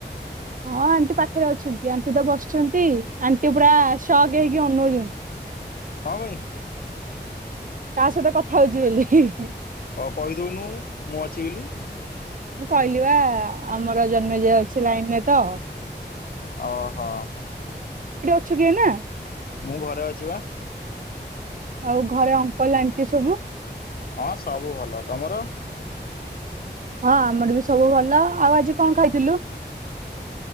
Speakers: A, on the right; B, on the left.
A: ହଁ ଆଣ୍ଟି ପାଖରେ ଅଛନ୍ତି। ଆଣ୍ଟି ତ ବସିଛନ୍ତି ଆଣ୍ଟି ପୁରା ସକ୍ ହେଇକି ଅନଉଛନ୍ତି।
B: ହଁ ବେ।
A: କାହା ସହିତ କଥା ହଉଚୁ ବୋଲି।
B: ଅ କହିଦଉନୁ। ମୁଁ ଅଛି ବୋଲି।
A: ମୁଁ କହିଲି ବାଆ ଆମର ଜନ୍ମେଜଅ ଅଛି ଲାଇନ୍ ରେ ତ
B: ଓହୋ।
A: ଛୁ କି ଏଇନା।
B: ମୁଁ ଘରେ ଅଛି ବା।
A: ଆଉ ଘରେ ଅଙ୍କଲ ଆଣ୍ଟି ସବୁ
B: ହଁ ସବୁ ଭଲ। ତମର
A: ହଁ ଆମର ବି ସବୁ ଭଲ। ଆଉ ଆଜି କଣ ଖାଇଥିଲୁ?